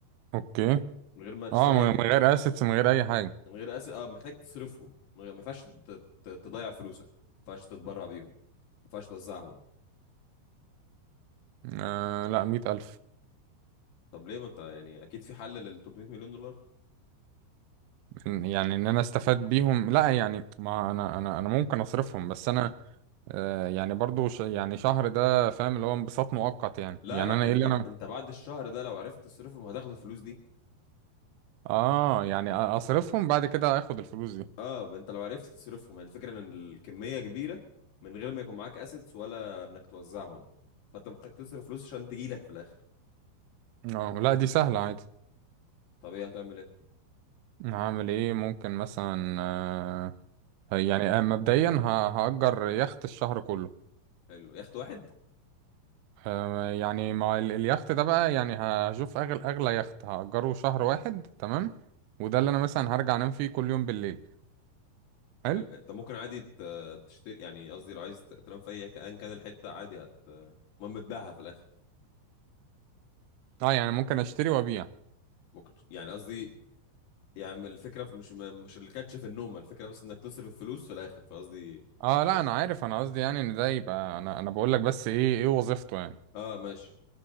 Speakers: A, on the right; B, on the left.
A: أوكي
B: من غير ما تشتري
A: أه من من غير أسيتس من غير أي حاجة
B: من غير أسيت أه محتاج تصرفهم من غير ما ينفعش ت... ت- تضيع فلوسك ما ينفعش تتبرع بيهم ما ينفعش توزعهم
A: آه لا 100 ألف
B: طب ليه ما أنت يعني أكيد في حل لل 300 مليون دولار
A: إن- يعني إن أنا أستفاد بيهم لا يعني ما أنا أنا أنا ممكن أصرفهم بس أنا آه يعني برضو ش يعني شهر ده فاهم اللي هو انبساط مؤقت يعني
B: لا
A: يعني
B: لا
A: أنا إيه
B: انت
A: اللي أنا
B: انت بعد الشهر ده لو عرفت تصرفهم هتاخد الفلوس دي
A: أه يعني أ- أصرفهم بعد كده آخد الفلوس دي
B: اه ما انت لو عرفت تصرفهم يعني الفكره ان الكميه كبيره من غير ما يكون معاك اسيتس ولا انك توزعهم فانت محتاج تصرف فلوس عشان تجيلك في الاخر
A: أه لا دي سهلة عادي
B: طب ايه هتعمل ايه
A: هعمل إيه ممكن مثلا آه يعني آه، مبدئيا ه- هأجر يخت الشهر كله
B: حلو يخت واحد
A: آه، يعني مع ال- اليخت ده بقى يعني هشوف اغلى اغلى يخت هأجره شهر واحد تمام وده اللي انا مثلا هرجع انام فيه كل يوم بالليل حلو
B: حلو. انت ممكن عادي ت- تشتري يعني قصدي لو عايز ت- تنام في اي كان كان الحته عادي هت المهم تبيعها في الاخر
A: اه يعني ممكن اشتري وابيع
B: ممكن ت- يعني قصدي يعني الفكره في- مش مش الكاتش في النوم الفكره بس انك تصرف فلوس في الاخر فقصدي
A: اه لا انا عارف انا قصدي يعني ان ده يبقى انا انا بقول لك بس ايه ايه وظيفته يعني
B: اه ماشي